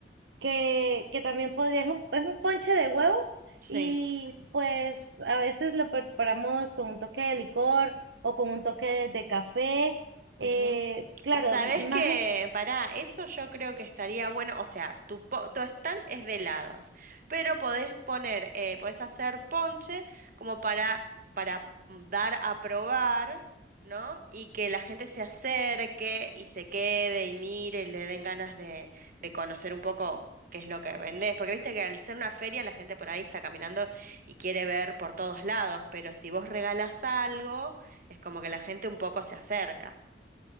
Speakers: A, on the right (about 75°); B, on the right (about 50°).
A: que, que también podría, es un, es un ponche de huevo,
B: sí.
A: y pues a veces lo preparamos con un toque de licor o con un toque de, de café.
B: ujú.
A: eh, claro,
B: Sabes
A: más...
B: que para eso yo creo que estaría bueno, o sea, tu, po- tu stand es de helados, pero podés poner, eh, podés hacer ponche como para, para dar a probar, ¿no? Y que la gente se acerque y se quede y mire y le den ganas de, de conocer un poco qué es lo que vendés, porque viste que al ser una feria la gente por ahí está caminando y quiere ver por todos lados, pero si vos regalás algo, es como que la gente un poco se acerca.